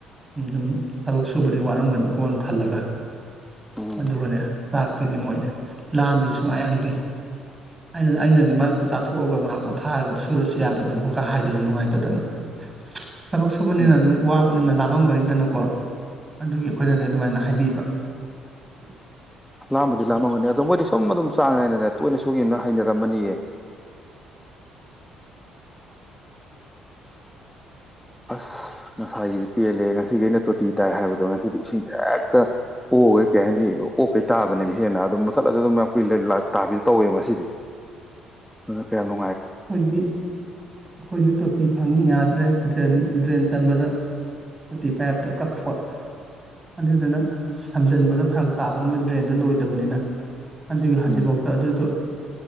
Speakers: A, on the right; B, in the centre.
A: ꯎꯝ ꯎꯝ ꯊꯕꯛ ꯁꯨꯕ ꯋꯥꯔꯝꯒꯅꯤꯀꯣꯅ ꯈꯜꯂꯒ
B: ꯎꯝ
A: ꯑꯗꯨꯒꯅꯦ ꯆꯥꯛꯇꯤꯅꯦ ꯃꯣꯏ ꯂꯥꯝꯅꯤ ꯁꯨꯡꯉꯥꯏ ꯍꯥꯏꯗꯤ ꯑꯩꯅ ꯑꯩꯅꯗꯤ ꯃꯔꯛꯇ ꯆꯥꯊꯣꯛꯑꯒ ꯑꯃꯨꯛ ꯍꯥꯄꯣꯠ ꯊꯥꯔꯒ ꯁꯨꯔꯁꯨ ꯌꯥꯕꯗꯨꯣꯕꯨꯀꯥ ꯍꯥꯏꯗꯣꯏꯅ ꯅꯨꯡꯉꯥꯏꯇꯗꯅ ꯊꯕꯛ ꯁꯨꯕꯅꯤꯅ
B: ꯎꯝ
A: ꯑꯗꯨꯝ ꯋꯥꯕꯅꯤꯅ ꯂꯄ ꯇꯃꯝꯒꯅꯤꯗꯅꯨꯀꯣ ꯑꯗꯨꯒꯤ ꯑꯩꯈꯣꯏꯅꯗꯤ ꯑꯗꯨꯃꯥꯏꯅ ꯍꯥꯏꯕꯤꯕ ꯎꯝ
B: ꯂꯝꯕꯗꯤ ꯂꯃꯒꯅꯤ ꯑ ꯃꯣꯏꯗꯤ ꯁꯨꯝ ꯑꯗꯨꯝ ꯆꯥꯡ ꯅꯥꯏꯅꯅꯦ ꯇꯣꯏꯅ ꯁꯨꯒꯤꯅ ꯍꯩꯅꯔꯝꯃꯅꯤꯌꯦ ꯑꯁ ꯉꯁꯥꯏꯒꯤꯗꯤ ꯄꯦꯜꯂꯦ ꯉꯁꯤꯒꯤ ꯑꯩꯅ ꯇꯣꯇꯤ ꯇꯥꯏ ꯍꯥꯏꯕꯗꯣ ꯉꯁꯤꯗꯤ ꯏꯁꯤꯡꯁꯦ ꯍꯦꯛꯇ ꯑꯣꯛꯈꯩ ꯀꯩ ꯍꯥꯏꯅꯤ ꯑꯣꯛꯀꯩ ꯇꯥꯕꯅꯦꯕ ꯍꯦꯟꯅ ꯑꯗꯨꯝ ꯃꯨꯊꯠꯂꯁꯨ ꯑꯗꯨꯝ ꯀꯨꯏ ꯇꯥꯕꯤꯗ ꯇꯧꯋꯦꯕ ꯉꯁꯤꯗꯤ ꯑꯗꯨꯅ ꯀꯅꯣ
A: ꯑꯩꯈꯣꯏꯗꯤ ꯑꯩꯈꯣꯏꯗꯤ ꯇꯣꯇꯤ ꯐꯪꯏꯤ ꯌꯥꯗ꯭ꯔꯦ ꯗ꯭ꯔꯦꯟ ꯗ꯭ꯔꯦꯟ ꯆꯟꯕꯗ ꯇꯣꯇꯤ ꯄꯥꯏꯞꯇ ꯀꯛꯄ ꯑꯗꯨꯗꯨꯅ ꯁꯝꯖꯟꯕꯗ ꯐꯔꯛ ꯇꯥꯕ ꯑꯃ ꯗ꯭ꯔꯦꯟꯗ ꯂꯣꯏꯗꯕꯅꯤꯅ ꯑꯗꯨꯒꯤ ꯍꯧꯖꯤꯛꯐꯥꯎꯗ
B: ꯎꯝ
A: ꯑꯗꯨꯗꯣ